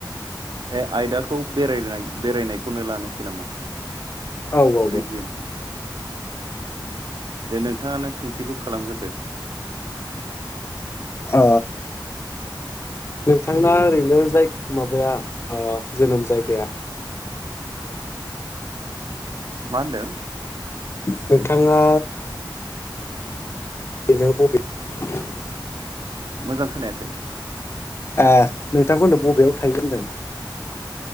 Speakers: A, on the right; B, on the left.
A: ए आयदाखौ बेरायनाय बेरायनायखौनो लानो नामा?
B: औ
A: टुरिजिम
B: औ ओ
A: दे नोंथाङानो सोंथिखौ खालामगोरदो
B: अ नोंथांना ओरैनो जाय माबाया ओ जोनोम जायगाया
A: मा होनदों?
B: नोंथाङा <inaudible>
A: मोजां खोनायाखै?
B: आ नोंथांखौ होनदों बबेयाव थायो होनदों?